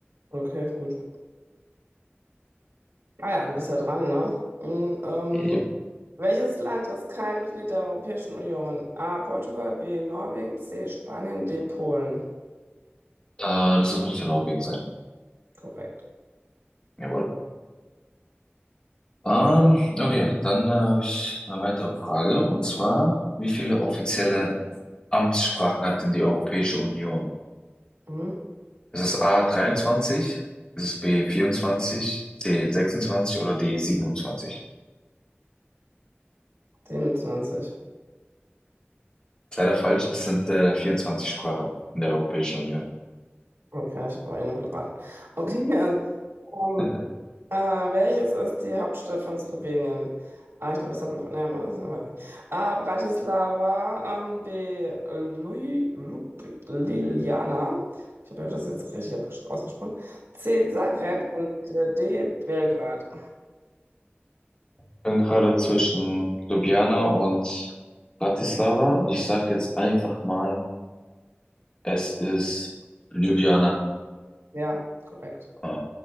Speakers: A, on the right; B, on the left.
A: Okay, gut. Ah ja, du bist ja dran, ne? Mhm, ähm,
B: Yep.
A: welches Land ist kein Mitglied der Europäischen Union? A. Portugal, B. Norwegen, C. Spanien, D. Polen.
B: Äh, das müsste Norwegen sein.
A: Korrekt.
B: Jawohl. Ähm, okay, dann äh, habe ich eine weitere Frage. Und zwar, wie viele offizielle Amtssprachen hat denn die Europäische Union?
A: Mhm.
B: Ist es A 23, ist es B 24, C 26 oder D 27?
A: 27.
B: Leider falsch, es sind äh, 24 Sprachen in der Europäischen Union.
A: Okay, ich habe auch eh nur geraten. Okay, <laughs> also,
B: <laughs>
A: Ah, welches ist die Hauptstadt von Slowenien? Ah, ich glaube, das hat man. Nee, man- das weiß ich nicht. A. Bratislava. Ähm, B. Lui, Lup, Ljubljana. Ich habe das jetzt richtig abgesch- ausgesprochen. C. Zagreb und äh, D. Belgrad.
B: Ich bin gerade zwischen Ljubljana und Bratislava und ich sage jetzt einfach mal, es ist Ljubljana.
A: Ja, korrekt.
B: Äh,